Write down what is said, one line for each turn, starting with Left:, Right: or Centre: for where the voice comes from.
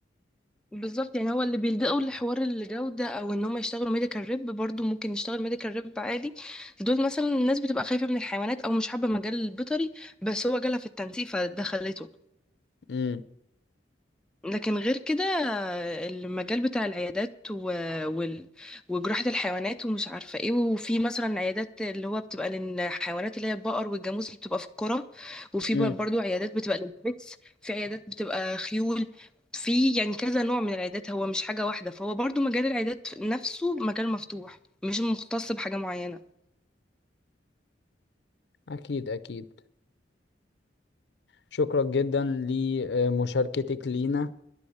Centre: بالظبط يعني هو اللي بيلجأوا لحوار الجودة أو إن هم يشتغلوا ميديكال ريب برضو ممكن يشتغل ميديكال ريب عادي دول مثلا الناس بتبقى خايفة من الحيوانات أو مش حابة مجال البيطري بس هو جالها في التنسيق فده خلته
Left: امم
Centre: لكن غير كده المجال بتاع العيادات و... وال... وجراحة الحيوانات ومش عارفة ايه وفي مثلا عيادات اللي هو بتبقى للحيوانات اللي هي البقر والجاموس اللي بتبقى في القرى وفي
Left: مم.
Centre: ب- برضو عيادات بتبقى للبيتس في عيادات بتبقى خيول في يعني كذا نوع من العيادات هو مش حاجة واحدة فهو برضو مجال العيادات نفسه مجال مفتوح مش مختص بحاجة معينة
Left: أكيد أكيد شكرا جدا لمشاركتك لينا